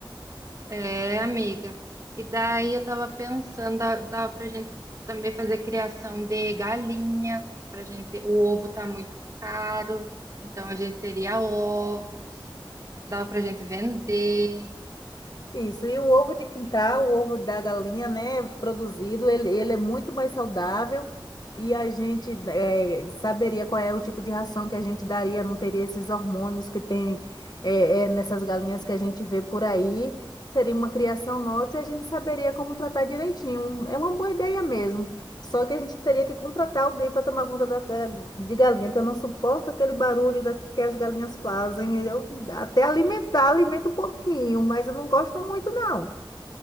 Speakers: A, on the right; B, on the left.
A: É, amiga. E daí eu tava pensando, dá- dava pra gente também fazer criação de galinhas, pra gente, o ovo tá muito caro, então a gente teria ovos, dava pra gente vender.
B: Isso, e o ovo de quintal, o ovo da galinha, né, produzido, ele, ele é muito mais saudável e a gente eh, saberia qual é o tipo de ração que a gente daria, não teria esses hormônios que tem eh, eh, nessas galinhas que a gente vê por aí. Seria uma criação nossa e a gente saberia como tratar direitinho. É uma boa ideia mesmo. Só que a gente teria que contratar alguém para tomar conta da, ga- de galinha, que eu não suporto aquele barulho da, que as galinhas fazem. Eu até alimentar, alimento um pouquinho, mas eu não gosto muito, não.